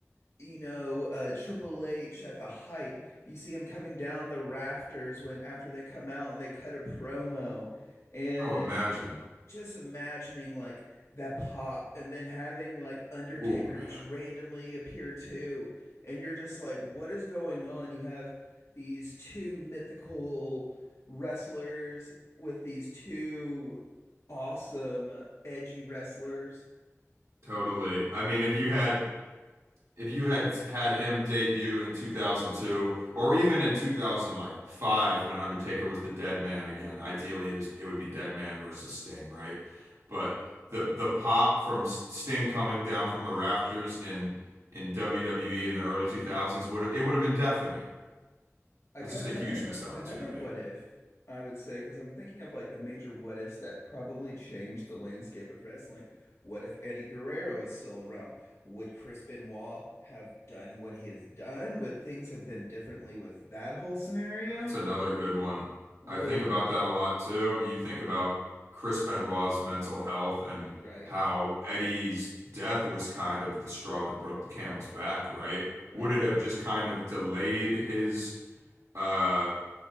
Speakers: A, on the left (about 65°); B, on the right (about 75°).
A: you know uh Triple H at the height. You see him coming down the rafters when after they come out and they cut a promo and
B: Oh, imagine.
A: uh, just imagining like that pop and then having like Undertaker
B: Ooh, man.
A: just randomly appear too. And you're just like, what is going on? You have these two mythical wrestlers with these two awesome, edgy wrestlers.
B: Totally. I mean, if you had if you had had him debut in 2002 or even in 2005 when Undertaker was the Dead Man again, ideally it was it would be Dead Man versus Sting, right? But the the pop from Sting coming down from the rafters in in WWE in the early 2000s would it would have been deafening.
A: I
B: It's
A: got
B: just a
A: another
B: huge missed opportunity.
A: another what if I would say because I'm thinking of like the major what ifs that probably changed the landscape of wrestling. What if Eddie Guerrero is still around? Would Chris Benoit have done what he has done? Would things have been differently with that whole scenario?
B: That's another good one.
A: Would
B: I think about that a lot too. You think about Chris Benoit's mental health and
A: right,
B: how Eddie's death was kind of the straw that broke the camel's back, right?
A: right?
B: Would it have just kind of delayed his uh,